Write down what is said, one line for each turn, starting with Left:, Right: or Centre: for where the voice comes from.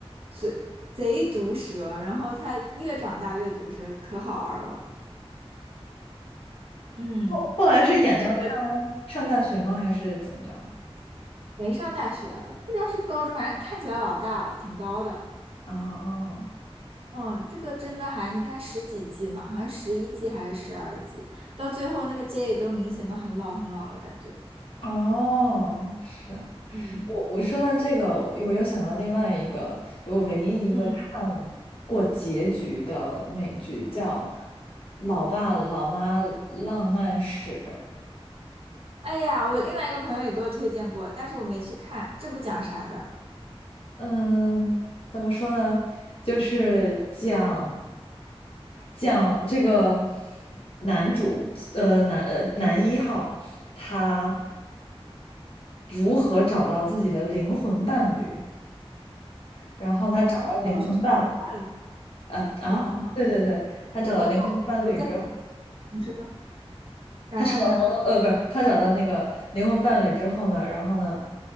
Right: 贼贼毒舌，然后她越长大越毒舌，可好玩了。嗯，
Left: 后后来是演到她
Right: 就这个
Left: 上大学吗？还是怎么着？
Right: 没上大学，不知道是不是高中，反正看起来老大了，挺高的。
Left: 啊，
Right: 嗯，这个真的还，你看十几季嘛，好像十一季还是十二季，到最后那个 J 都明显的很老很老了，感觉。
Left: 哦，是
Right: 嗯
Left: 我我说到这个，我我又想到另外一个，就我唯一一个看过结局的美剧叫
Right: 嗯，
Left: 《老爸老妈浪漫史》。
Right: 哎呀，我另外一个朋友也给我推荐过，但是我没去看，这不讲啥的。
Left: 嗯，怎么说呢？就是讲讲这个男主，呃，男呃男一号，他如何找到自己的灵魂伴侣，然后他找到灵魂伴
Right: 哦，那我是不是早看？
Left: 啊啊，
Right: 哦哦，
Left: 对对对，
Right: 哦
Left: 他找到灵魂伴侣之后。
Right: 我我我在你说，
Left: 他找到朋友，
Right: 然后呢？
Left: 呃，不是，他找到那个灵魂伴侣之后呢，然后呢，